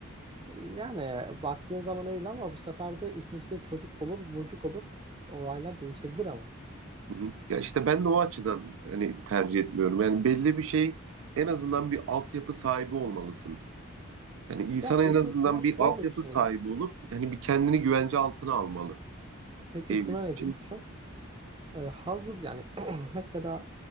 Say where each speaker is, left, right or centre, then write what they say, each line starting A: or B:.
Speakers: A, on the right (about 25°); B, on the right (about 70°).
A: Yani baktığın zaman öyle ama bu sefer de işin içinde çocuk olur, bocuk olur. Olaylar değişebilir ama.
B: Hı hı. Ya işte ben de o açıdan hani tercih etmiyorum. Yani belli bir şey en azından bir altyapı sahibi olmalısın. Yani insan
A: Ya peki
B: en azından
A: ama şöyle
B: bir altyapı
A: bir şey
B: sahibi
A: var.
B: olup yani bir kendini güvence altına almalı
A: Peki
B: evlilik
A: şuna ne
B: için.
A: diyorsun? Ee, hazır yani <clears throat> mesela